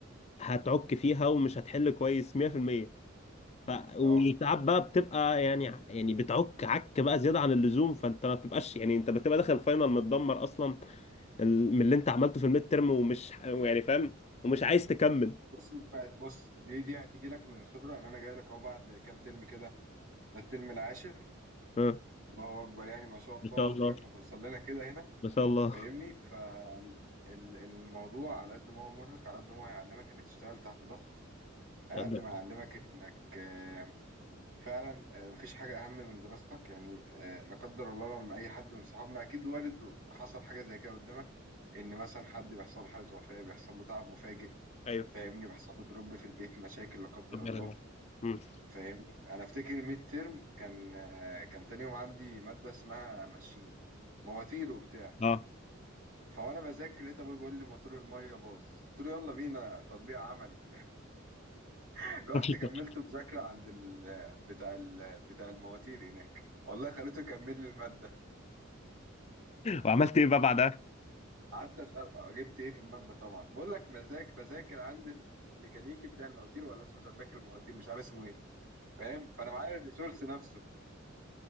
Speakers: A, on the left; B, on the right.
A: هتعك فيها ومش هتحل كويس 100% ف وساعات
B: أه
A: بقى بتبقى يعني يعني بتعك عك بقى زياده عن اللزوم فانت ما بتبقاش يعني انت بتبقى داخل الفاينل متدمر اصلا ال- من اللي انت عملته في الميد ترم ومش يعني فاهم ومش عايز تكمل
B: بص بص دي دي هتيجي لك من الخبرة يعني أنا جاي لك أهو بعد كام ترم كده ده الترم العاشر
A: ها
B: الله اكبر يعني ما شاء
A: ما
B: الله
A: شاء
B: عقبالك
A: الله
B: ما توصل لنا كده هنا
A: ما شاء الله
B: فاهمني فالموضوع على قد ما هو مرهق على قد ما هو هيعلمك انك تشتغل تحت ضغط على
A: <laughs>
B: قد ما هيعلمك انك آه، فعلا آه، مفيش حاجه اهم من دراستك يعني آه، لا قدر الله لما اي حد من صحابنا اكيد وارد حصل حاجه زي كده قدامك ان مثلا حد بيحصل له حاله وفاه بيحصل له تعب مفاجئ
A: ايوه
B: فاهمني بيحصل له دروب في البيت مشاكل لا قدر
A: ربنا
B: الله
A: يعينك. مم.
B: فاهمني انا افتكر الميد ترم كان آه، كان تاني يوم عندي ماده اسمها ماشين مواتير وبتاع
A: اه
B: فوانا بذاكر لقيت ابويا بيقول لي موتور الميه باظ قلت له يلا بينا تطبيق عملي <laughs> رحت
A: <laughs>
B: كملت مذاكره عند ال... بتاع ال... بتاع المواتير هناك والله خليته يكمل لي الماده
A: وعملت ايه بقى بعدها
B: قعدت اسال جبت ايه في الماده طبعا بقول لك مذاك بذاكر عند الميكانيكي بتاع المواتير ولا اسمه سباك المواتير مش عارف اسمه ايه فاهم فانا معايا الريسورس نفسه